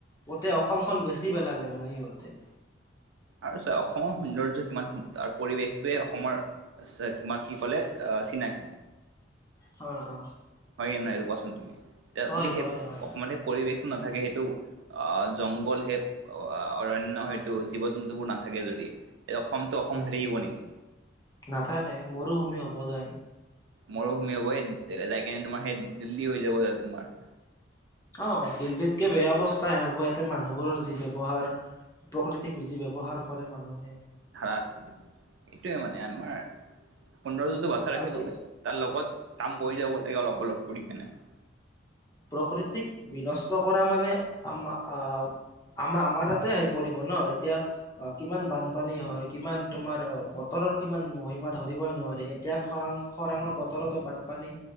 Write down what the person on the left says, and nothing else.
গোটে অস অসমখন বেছি পেলালে মানে সিহঁতে
হয় অ
হয়
হয় হয়
উম
নাথাকে মৰুভূমি হবজায়
অ দিল্লীতকে বেয়া অৱস্থাহে হ'ব ইয়াতে মানুহবোৰৰ যি ব্যৱহাৰ প্ৰকৃতিক পুঁজি ব্যৱহাৰ কৰে মানুহে
আল্টি
প্ৰকৃতিক বিনষ্ট কৰা মানে আমা আহ <unintelligible> আমাৰ-আমাৰ তাতে আহি পৰিব ন। এতিয়া <inaudible> অ কিমান বানপানী হয়, কিমান তোমাৰ অ বতৰৰ কিমান মহিমা ধৰিবই নোৱাৰি। <unintelligible> এতিয়া খৰাং খৰাঙৰ বতৰতো বানপানী।